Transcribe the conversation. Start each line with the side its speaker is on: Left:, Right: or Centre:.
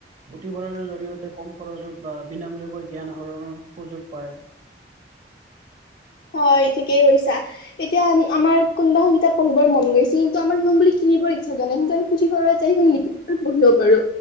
Right: পুথিভঁৰালৰ জৰিয়তে কম খৰচত বা বিনামূলীয়াকৈ জ্ঞান আহৰণৰ সুযোগ পায়।
Left: হয়, ঠিকেই কৈছা। এতিয়া আমাৰ কোনোবাখন কিতাত পঢ়িব মন গৈছে। কিন্তু আমাৰ সিখন বুলি কিনিবৰ ইচ্ছা যোৱা নাই, কিন্তু আমি পুথিভঁৰত ত, পঢ়িব পাৰো,